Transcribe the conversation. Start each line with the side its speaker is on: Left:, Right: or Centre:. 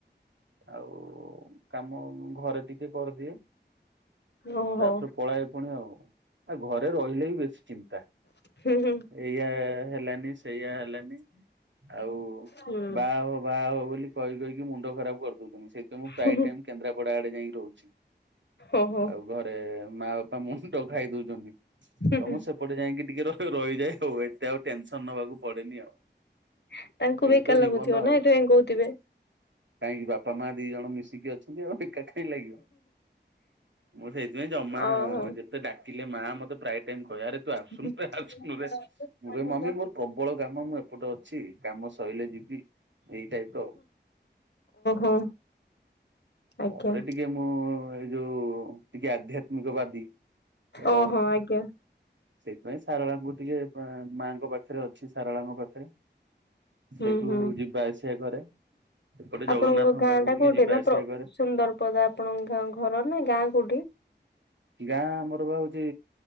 Right: ଆଉ କାମ ଘରେ ଟିକେ କରିଦିଏ
Left: ଓହୋ
Right: ତାପରେ ପଳଏ ପୁଣି ଆଉ। ଆଉ ଘରେ ରହିଲେ ବି ବେଶୀ ଚିନ୍ତା
Left: ହୁଁ ହୁଁ
Right: ଏଇଆ ହେଲାନି ସେଇଆ ହେଲାନି। ଆଉ
Left: ହୁଁ।
Right: ବାହା ହୋ ବାହା ହୋ ବୋଲି କହି କହି ମୁଣ୍ଡ ଖରାପ କରିଦଉଚି। ସେଇ ତ ମୁଁ ପ୍ରାୟ
Left: ହୁଁ ହୁଁ
Right: ଟାଇମ କେନ୍ଦ୍ରାପଡା ଆଡେ ଯାଇଁ ରହୁ
Left: ଓହୋ
Right: ଆଉ ଘରେ ମା ବାପା ମୁଣ୍ଡ ଖାଇ ଦଉଚନ୍ତି।
Left: ହୁଁ
Right: ତ
Left: ହୁଁ
Right: ମୁଁ ସେପଟେ ଯାଇଁକି ଟିକେ ର ରହିଯାଏ ହଉ ଏତେ ଆଉ ଟେନସନ ନବାକୁ ପଡେନି ଆଉ।
Left: ତାଙ୍କୁ
Right: ଏଇ
Left: ବି ଏକା
Right: ତ
Left: ଲାଗୁଥିବ
Right: ଜୀବନ ଆଉ
Left: ନା ହେଥିପାଇଁ କହୁଥିବେ।
Right: କାହିଁକି ବାପା ମା ଦି ଜଣ ମିଶିକି ଅଛନ୍ତି ଆଉ। ଏକା କାଇଁ ଲାଗିବ। ମୁଁ ସେଇଥିପାଇଁ ଜମା
Left: ଓହୋ।
Right: ଯେତେ ଡାକିଲେ ମା ମତେ ପ୍ରାୟ ଟାଇମ କହେ ଆରେ ତୁ ଆସୁନୁରେ
Left: ହୁଁ ହୁଁ
Right: ଆସୁନୁରେ ମୁଁ କହିବି ମମି ମୋର ପ୍ରବଳ କାମ ମୁଁ ଏପଟେ ଅଛି। କାମ ସଇଲେ ଯିବି ଏଇ ଟାଇପ ର ଅଉ।
Left: ଓହୋ ଆଜ୍ଞା।
Right: ତାପରେ ଟିକେ ମୁଁ ଏଇ ଯୋଉ ଟିକେ ଆଧ୍ୟାତ୍ମିକବାଦୀ ଅ
Left: ଓହୋ ଆଜ୍ଞା।
Right: ସେଇଥିପାଇଁ ସାରଳାଙ୍କୁ ଟିକେ ମାଙ୍କ ପାଖରେ ଅଛି। ସାରଳାଙ୍କ ପାଖରେ ସେଇଠୁ
Left: ହୁଁ ହୁଁ
Right: ଯିବା ଆସିବା କରେ। ଏପଟେ ଜଗନ୍ନାଥଙ୍କ
Left: ଆପଣଙ୍କ ଗାଁ
Right: ପାଖକୁ
Left: ଟା
Right: ଟିକେ
Left: କୋଉଠି
Right: ଯିବା
Left: ନା
Right: ଆସିବା କରେ
Left: ସୁନ୍ଦର ପଦା ଆପଣଙ୍କ ଘର ନା ଗାଁ କୋଉଠି?
Right: ଗାଁ ମୋର ବା ହଉଛି